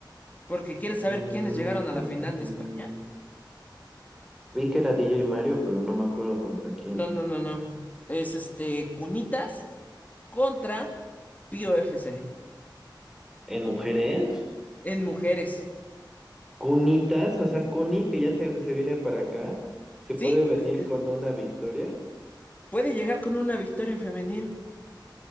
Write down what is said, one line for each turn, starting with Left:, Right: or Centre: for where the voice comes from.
Left: Porque quieres saber
Centre: Mm,
Left: quiénes llegaron a la
Centre: <laughs>
Left: final de España.
Centre: Vi que era DJ Mario, pero no me acuerdo contra quién.
Left: No, no, no, no. Es este Cunitas contra Pío FC
Centre: ¿En mujeres?
Left: en mujeres.
Centre: Cunitas, o sea, Cuni, que ya se, se viene para acá, se
Left: Sí,
Centre: puede venir
Left: es-
Centre: con una victoria.
Left: puede llegar con una victoria en femenil.